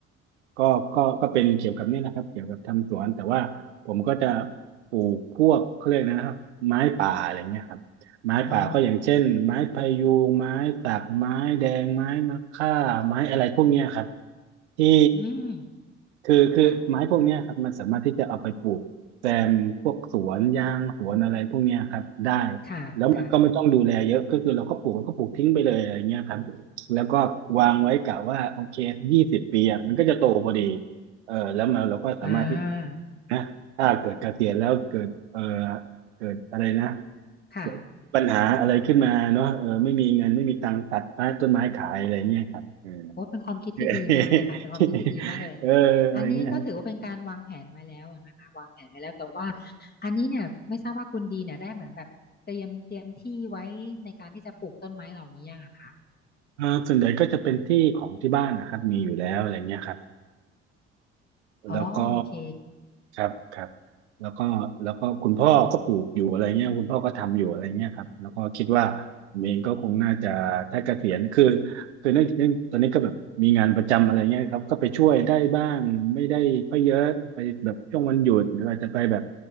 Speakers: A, on the right (about 80°); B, on the left (about 30°).
A: ก็ก็ก็เป็นเกี่ยวกับนี่นะครับเกี่ยวกับทำสวนแต่ว่าผมก็จะปลูกพวกเขาเรียกนะครับไม้ป่าอะไรเงี้ยครับไม้ป่าก็อย่างเช่นไม้พะยูงไม้สักไม้แดงไม้มะค่าไม้อะไรพวกเนี้ยครับ
B: อ๋อ
A: ที่
B: อืม
A: คือคือไม้พวกเนี้ยครับมันสามารถที่จะเอาไปปลูกแซมพวกสวนยางสวนอะไรพวกเนี้ยครับได้
B: ค่ะค่ะค่ะ
A: ก็ไม่ต้องดูแลเยอะก็คือเราก็ปลูกเราก็ปลูกทิ้งไปเลยอะไรเงี้ยครับแล้วก็วางไว้กะว่าโอเคยี่สิบปีอ่ะมันก็จะโตพอดีเออแล้วมันเราก็สามารถที่
B: อ่า
A: นะถ้าเกิดเกษียณแล้วเกิดเออเกิดอะไรนะ
B: ค่ะ
A: เกิดปัญหาอะไรขึ้นมาเนาะเออไม่มีเงินไม่มีตังค์ตัดใต้ต้นไม้ขายอะไรเงี้ยครับเออ
B: โอ้เป็นความคิดที่ดีมากเลยค่ะเป็นความคิดที่ดีมากเลย
A: <laughs> เอออะไรเงี้ยฮะ
B: อันนี้ก็ถือว่าเป็นการวางแผนไว้แล้วนะคะวางแผนไว้แล้วแต่ว่าอันนี้เนี่ยไม่ทราบว่าคุณดีเนี่ยได้เหมือนแบบเตรียมเตรียมที่ไว้ในการที่จะปลูกต้นไม้เหล่านี้ยังอะคะ
A: เออส่วนใหญ่ก็จะเป็นที่ของที่บ้านนะครับมีอยู่แล้วอะไรเงี้ยครับ
B: อ๋อโอเค
A: แล้วก็ครับครับแล้วก็แล้วก็คุณพ่อก็ปลูกอยู่อะไรเงี้ยคุณพ่อก็ทำอยู่อะไรเงี้ยครับแล้วก็คิดว่าผมเองก็คงน่าจะถ้าเกษียณคือคือเนื่องเนื่องตอนนี้ก็แบบมีงานประจำอะไรเงี้ยครับก็ไปช่วยได้บ้างไม่ได้ค่อยเยอะไปแบบช่วงวันหยุดหรืออาจจะไปแบบ